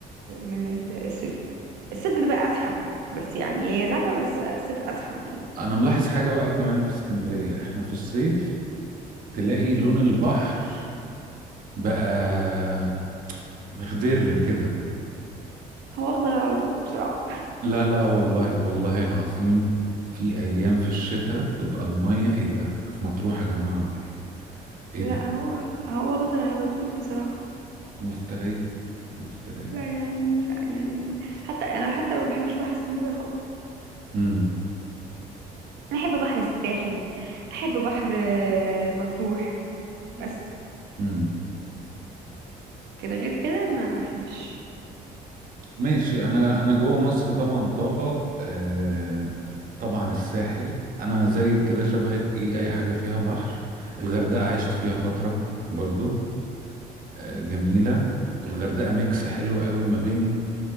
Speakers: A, on the right; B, on the right.
A: من الصيف الصيف بتبقى أزحم بس يعني هي زحمة بس الصيف أزحم يعني
B: انا ملاحظ حاجة بقى كمان في اسكندرية احنا في الصيف تلاقي لون البحر بقى مخضر كده
A: هو أخضر على طول بصراحة
B: لا لا والله والله العظيم في ايام في الشتاء بتبقى الميه ايه ده احنا في مطروح يا جماعه ولا ايه ايه
A: لا
B: ده
A: هو هو أخضر على طول بصراحة
B: مفتريه مفتريه
A: لا يعني لا يعني حتى أنا حتى ما بحبش بحر اسكندرية خالص
B: امم
A: أنا أحب بحر الساحل أحب بحر آه، مطروح بس
B: امم
A: كان غير كده ما احبش
B: ماشي انا انا جوه مصر طبعا طابه آه طبعا الساحل انا زيك كده شبهك ايه اي حاجه فيها بحر الغردقه عشت فيها فتره برضو آه جميله والغردقه ميكس حلو قوي ما بين